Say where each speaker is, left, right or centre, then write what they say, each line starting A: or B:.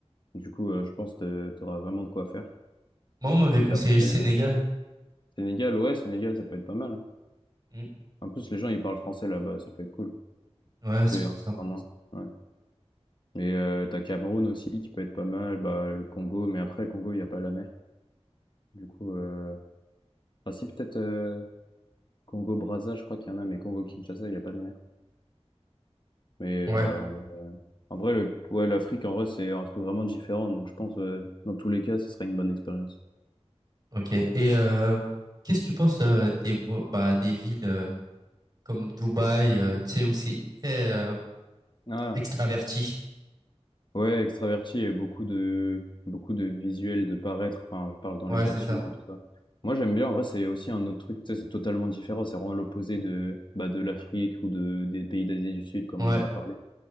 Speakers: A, on the left; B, on the right.
A: Du coup, euh, je pense que tu auras vraiment de quoi faire.
B: Moi, on m'avait
A: Et
B: conseillé
A: après,
B: le Sénégal.
A: euh, Sénégal, ouais, Sénégal, ça peut être pas mal. hein.
B: Mm.
A: En plus, les gens, ils parlent français là-bas, ça peut être cool.
B: Ouais,
A: C'est
B: c'est pour
A: un peu
B: ça.
A: comme moi. Ouais. Mais euh, t'as Cameroun aussi qui peut être pas mal, bah, le Congo, mais après, Congo, il n'y a pas la mer. Du coup, euh... enfin, si, peut-être euh, Congo-Brazza, je crois qu'il y en a, mais Congo-Kinshasa, il n'y a pas de mer. Mais
B: Ouais,
A: voilà, en vrai, en vrai, le... ouais, l'Afrique, en vrai, c'est un truc vraiment différent. Donc, je pense, euh, dans tous les cas, ce sera une bonne expérience.
B: ok. Et euh, qu'est-ce que tu penses euh, des, vo- bah, des villes euh, comme Dubaï, euh, tu sais, où c'est très euh,
A: Ah,
B: extraverti.
A: Ouais, extraverti et beaucoup de beaucoup de visuels de paraître. Enfin, je parle dans
B: Ouais,
A: les bâtiments,
B: c'est ça.
A: tout ça. Moi, j'aime bien. En vrai, c'est aussi un autre truc. Tu sais, c'est totalement différent. C'est vraiment l'opposé de bah, de l'Afrique ou de des pays d'Asie du Sud, comme
B: Ouais,
A: on en a parlé.